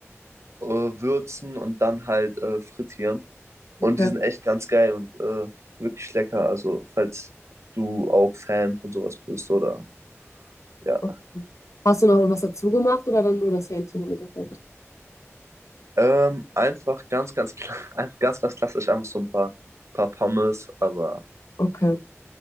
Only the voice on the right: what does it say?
äh, würzen und dann halt äh, frittieren. Und
die sind echt ganz geil und äh, wirklich lecker. Also, falls du auch Fan von sowas bist oder ja.
Ähm, einfach ganz, ganz, kla- <laughs> einfach ganz, ganz klassisch, einfach so ein paar, paar Pommes, aber,